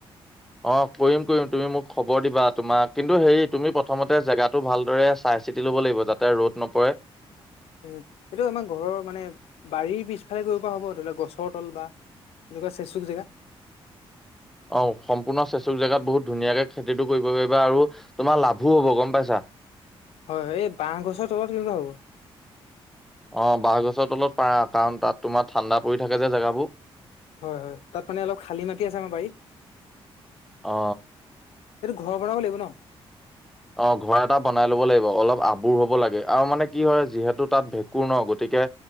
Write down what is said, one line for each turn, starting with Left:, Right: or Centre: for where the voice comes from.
Centre: অঁ কৰিম কৰিম তুমি মোক খবৰ দিবা তোমাক কিন্তু হেৰী তুমি প্ৰথমতে জেগাটো ভালদৰে চাই চিতি ল'ব লাগিব যাতে ৰ'দ নপৰে।
Left: উম এইটো আমাৰ ঘৰৰ মানে বাৰীৰ পিছফালে কৰিব পৰা হ'ব ধৰি লোৱা গছৰ তল বা এনেকোৱা চেচুক জেগা।
Centre: অ সম্পূৰ্ণ চেচুক জেগাত বহুত ধুনীয়াকে খেতিটো কৰিব পাৰিবা আৰু তোমাৰ লাভো হব গম পাইছা?
Left: হয় হয় এই বাঁহ গছৰ তলত কেনেকুৱা হ'ব?
Centre: অ বাঁহগছৰ তলত পাৰা কাৰণ তাত তোমাৰ ঠাণ্ডা পৰি থাকে যে জেগাবোৰ।
Left: হয় হয় তাত মানে অলপ খালী মাটি আছে আমাৰ বাৰীত।
Centre: অ
Left: এইটো ঘৰ বনাব লাগিব ন?
Centre: অ ঘৰ এটা বনাই লব লাগিব, অলপ আবোৰ হব লাগে আৰু মানে কি হয় যিহেতু তাত ভেঁকুৰ ন গতিকে